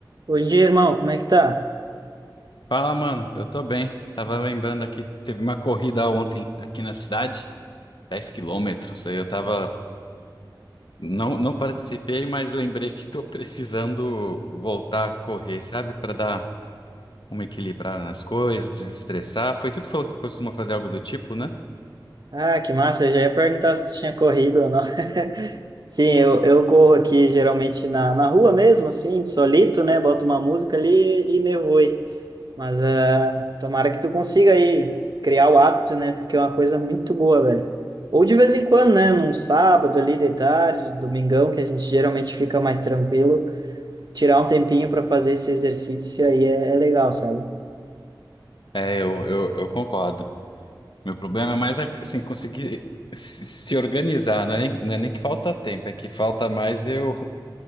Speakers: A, on the right; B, on the left.
A: Bom dia, irmão. Como é que tá?
B: Fala, mano. Eu tô bem. Tava lembrando aqui, teve uma corrida ontem aqui na cidade, 10 quilômetros. Aí eu tava. Não, não participei, mas lembrei que tô precisando voltar a correr, sabe? Pra dar uma equilibrada nas coisas, desestressar. Foi tu que falou que costuma fazer algo do tipo, né?
A: Ah, que massa. Eu já ia perguntar se tinha corrido ou não. <laughs> Sim, eu, eu corro aqui geralmente na, na rua mesmo, assim, solito, né? Boto uma música ali e me vou. Mas ah, tomara que tu consiga aí criar o hábito, né? Porque é uma coisa muito boa, velho. Ou de vez em quando, né? Num sábado ali de tarde, domingão, que a gente geralmente fica mais tranquilo, tirar um tempinho para fazer esse exercício aí é, é legal, sabe?
B: É, eu, eu, eu concordo. Meu problema é mais assim, conseguir se se organizar. Não é nem, não é nem que falta tempo, é que falta mais eu.